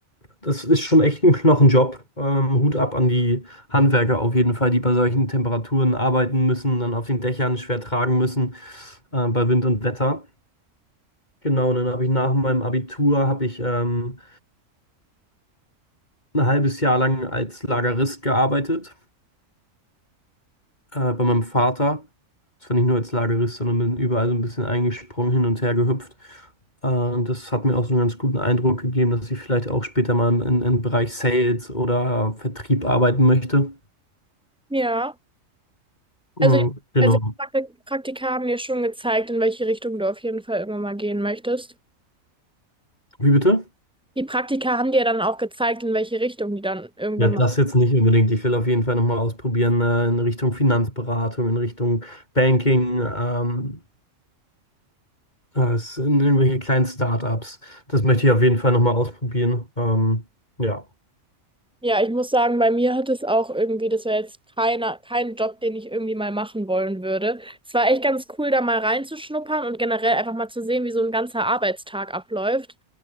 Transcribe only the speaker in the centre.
ja. Also,
also die Praktik- Praktika haben dir schon gezeigt, in welche Richtung du auf jeden Fall immer mal gehen möchtest.
Die Praktika haben dir dann auch gezeigt, in welche Richtung die dann irgendwann
mal
Ja, ich muss sagen, bei mir hat es auch irgendwie, das war jetzt keiner, kein Job, den ich irgendwie mal machen wollen würde. Es war echt ganz cool, da mal reinzuschnuppern und generell einfach mal zu sehen, wie so ein ganzer Arbeitstag abläuft.